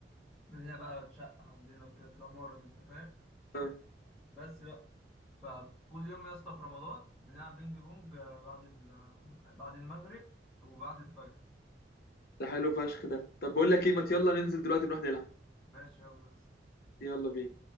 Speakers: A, in the centre; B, on the left (about 60°).
A: من هنا بقى شقة عندنا وكده في العمارة دي انت فاهم
B: اه
A: بس بقى فكل يوم يا اسطى في رمضان بنلعب بينج بونج آه، بعد ال... آه، بعد المغرب وبعد الفجر
B: ده
A: طب
B: حلو فشخ ده طب بقول لك ايه ما يلا ننزل دلوقتي نروح نلعب
A: ماشي يلا يا اسطى
B: يلا بينا